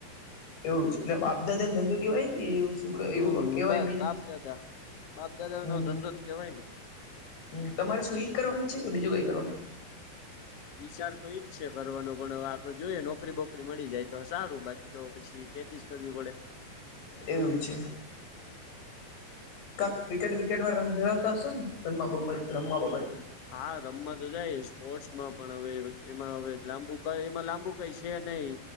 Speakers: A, on the left; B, on the left.
A: એવું છે એટલે આપપ દાદાને ધંધો કેવાય કે એવું શું
B: હમ
A: એવું કેવાય
B: બસ
A: મિનિ
B: બાપ દાદા બાપ દાદા
A: હમ
B: નો ધંધો જ કેવાય ને
A: હમ તમારે શું એક કરવાનું છે કે બીજું કઈ કરવાનું છે
B: વિચાર તો એઈજ છે કરવાનો પણ આગળ જોઈએ નોકરી બોકરી મળી જાય તો સારું બાકી તો પછી જે ચીજ કરવી પડે
A: એવું છે કા ક્રિકેટ વ્રિકેટમાં રસ ધરાવતા હશે ને રમ બાત રમવા બાબત
B: હા રમવા તો જાય સ્પોર્ટ્સમાં પણ હવે એમાં હવે લાંબુ ક એમાં લાંબુ કઈ છે નહીિ